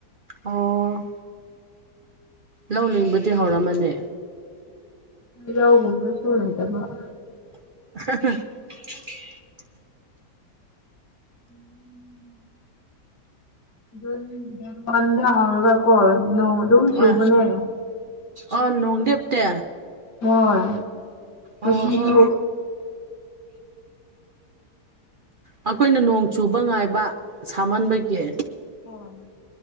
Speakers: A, on the right (about 60°); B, on the left (about 75°).
A: ꯑꯣ ꯂꯧ ꯂꯤꯡꯕꯗꯤ ꯍꯧꯔꯝꯃꯅꯤ
B: ꯌꯥꯎꯒꯨꯝꯕꯁꯨ ꯂꯩꯗꯕ <inaudible>
A: <inaudible>
B: ꯎꯝ ꯑꯗꯨ <inaudible> ꯗꯦꯔꯟ <inaudible> ꯍꯧꯒ ꯀꯣ ꯅꯣꯡ ꯑꯗꯨꯝ ꯆꯨꯕꯅꯦ
A: ꯑ ꯑ ꯅꯣꯡ ꯂꯦꯞꯇꯦ
B: ꯃꯣꯏ ꯉꯁꯤꯁꯨ
A: ꯑꯣꯍꯣ ꯑꯩꯈꯣꯏꯅ ꯅꯣꯡ ꯆꯨꯕ ꯉꯥꯏꯕ ꯁꯥꯃꯟꯕꯒꯤ
B: ꯎꯝ ꯍꯣꯏ